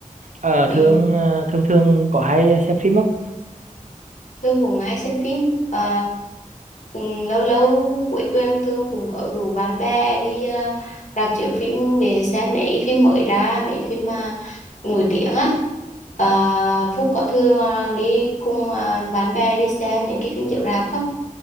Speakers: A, on the right; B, on the left.
A: ờ
B: ừ.
A: thường ờ, thường thường có hay xem phim không
B: Thương cũng hay xem phim Ờ, ừ, lâu lâu cuối tuần Thương cũng có rủ bạn bè đi ờ, rạp chiếu phim để xem mấy phim mới ra mấy phim mà nổi tiếng á Ờ, Phúc có thường ờ, đi cùng ờ, bạn bè đi xem những cái phim chiếu rạp không